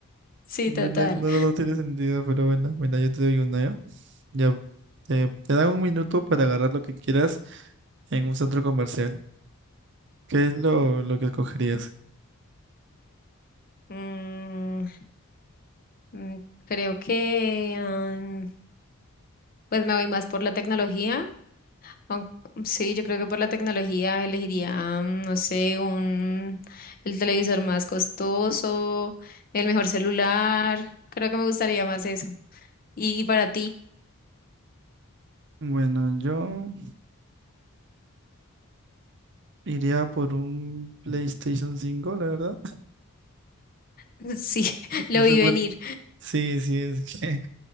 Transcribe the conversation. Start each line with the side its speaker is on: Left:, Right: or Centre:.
Left: Sí,
Right: no,
Left: total.
Right: no, no- no tiene sentido, pero bueno, mira, yo te doy una, ¿ya? Ya, te, te dan un minuto para agarrar lo que quieras en un centro comercial. ¿Qué es lo, lo que escogerías?
Left: Mm, mm, creo que mm, pues me voy más por la tecnología. Aun- mm, Sí, yo creo que por la tecnología elegiría, mm, no sé, un, el televisor más costoso, el mejor celular. Creo que me gustaría más eso. Y, y para ti,
Right: Bueno, yo iría por un PlayStation 5 la verdad.
Left: <laughs> sí,
Right: <laughs>
Left: <laughs> lo
Right: Ese
Left: vi
Right: fue
Left: venir.
Right: el- Sí, sí, es que